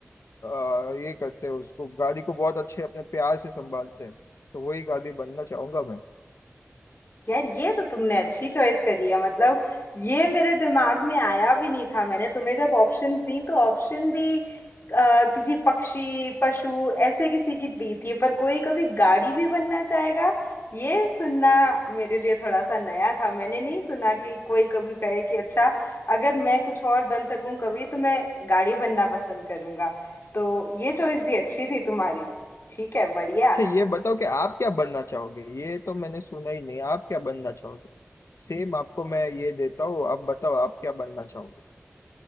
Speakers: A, on the left; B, on the left.
A: आ, ये करते हैं उसको गाड़ी को बहुत अच्छे अपने प्यार से संभालते हैं तो वही गाड़ी बनना चाहूंगा मैं
B: यार ये तो तुमने अच्छी चॉइस करी है मतलब ये मेरे दिमाग में आया भी नहीं था मैंने तुम्हें जब ऑप्शंस दी तो ऑप्शन भी अ, किसी पक्षी पशु ऐसे किसी की दी थी पर कोई कभी गाड़ी भी बनना चाहेगा ये सुनना मेरे लिए थोड़ा सा नया था मैंने नहीं सुना कि कोई कभी कहे कि अच्छा अगर मैं कुछ और बन सकूं कभी तो मैं गाड़ी बनना पसंद करूंगा तो ये चॉइस भी अच्छी थी तुम्हारी ठीक है बढ़िया
A: अच्छा ये बताओ कि आप क्या बनना चाहोगे ये तो मैंने सुना ही नहीं आप क्या बनना चाहोगे सेम आपको मैं ये देता हूँ आप बताओ आप क्या बनना चाहोगे